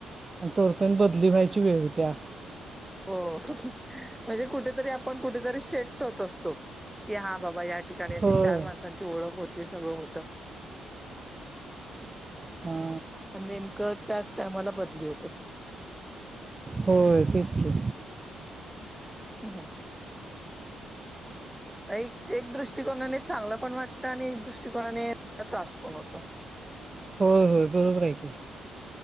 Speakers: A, on the right (about 25°); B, in the centre.
A: आणि तोवर पण बदली व्हायची वेळ होत्या.
B: हो म्हणजे कुठेतरी आपण कुठेतरी सेट होत असतो, की हा बाबा या एका वेळेस
A: होय
B: चार माणसांची ओळख होते सगळं होतं.
A: हा
B: आणि नेमकं त्याच टायमाला बदली होते.
A: होय तेच की.
B: ह हं एक एक दृष्टिकोनाने चांगलं पण वाटतं आणि एक दृष्टिकोनाने त्रास पण होतो.
A: होय होय बरोबर आहे की.